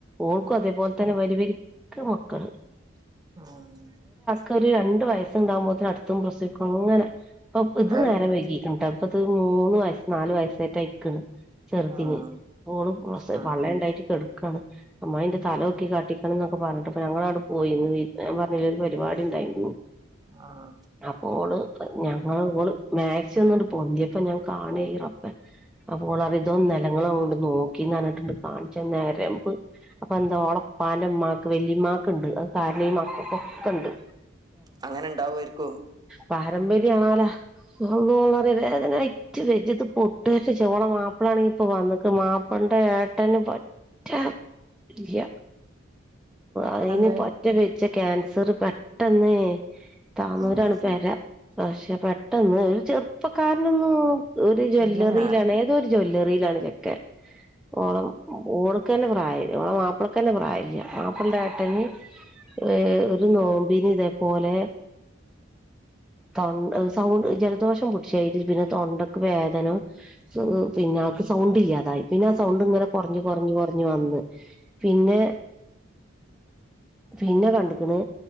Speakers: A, in the centre; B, on the right (about 20°).
A: ഓൾക്കും അതേപോലെ തന്നെ വരുവരിക്ക മക്കൾ
B: ആഹ
A: കരു രണ്ട് വയസ്സുണ്ടാവുമ്പോത്തന് അടുത്തും പ്രസവിക്കും അങ്ങനെ അപ്പൊ ഇത്
B: അത്ണ്ട്
A: നേരം വൈകീക്ണ്ടാടാ അപ്പത് മൂന്ന് വയസ്സ് നാല് വയസായിട്ട് അയിക്കണ് ചെറുതിന്
B: ആഹ്
A: പോള്
B: ആഹ്
A: പള്ളേല്ണ്ടായിട്ട് ഉണ്ടായിട്ട് കെടക്കയാണ് അമായി ഇന്റെ തലൊക്കെ കാട്ടിക്കണം എന്നൊക്കെ പറഞ്ഞിട്ട് അപ്പ ഞങ്ങളാണ് പോയിന്ന് ഞാൻ പറഞ്ഞില്ല ഒരു പരിപാടി ഉണ്ടായിരുന്നു
B: ആഹ്
A: അപ്പോള് ഞങ്ങ ഓള് മാ കച്ചന്നുകണ്ട് പൊന്തിയപ്പ ഞാൻ കാണെയി റബ്ബേ അപ്പോളതിതോന്നുഅല്ല ങ്ങള് ങ്ങട്ട് നോക്കിന്ന്ഞ്ഞിട്ടുണ്ട് കാണിച്ച നരംബ്ബ്‌. അപ്പൊ എന്താ ഓളപ്പാന്റമ്മാക്ക് വല്ലിമ്മാക്ക്ണ്ട് അ കാരണീമാക്കക്ക ഒക്കെ ഉണ്ട്.
B: അങ്ങനെ ഇണ്ടാവുരിക്കോ
A: പാരമ്പര്യംമാണല്ല ഓളര്യ അതിനട്ട് വെജത് പൊട്ടായിട്ട് ചോള മാപ്പിള ആണ ഇപ്പൊ വന്നി മാപ്പിള <unintelligible> ഏട്ടന് പറ്റ ഇല്ല അതിന്
B: അതെന്തേ
A: പറ്റ വെജ്ജ ക്യാൻസർ പെട്ടെന്ന് താന്നൂരാണ്
B: ആഹ്
A: പെര പക്ഷെ പെട്ടെന്ന് ഒരു ചെറുപ്പക്കാരനൊന്നു ഒരു ജ്വല്ലറിയിലാണ്
B: പിന്നെ ആഹ്
A: ഏത ഒരു ജ്വല്ലറിയിലാണ് ചെക്ക ഓള ഓള്ക്കന്നെ പ്രായില്ല ഓള മാപ്പിളക്കന്നെ പ്രായമില്ല മാപ്പിളന്റെ എട്ട ന് ഏ ഒരു നോമ്പിന ഇതേപോലെ തൊ സൗണ്ട് ജലദോഷം പിടിച്ചായി പിന്നെ തൊണ്ടക്ക് വേദന പിന്ന ഞങ്ങൾക്ക് സൗണ്ട് ഇല്ലാതായി പിന്നെ ആ സൗണ്ട് ഇങ്ങനെ കുറു കുറഞ്ഞഞ് കുറഞ് വന്ന് പിന്നെ പിന്നെ കണ്ടക്കണ്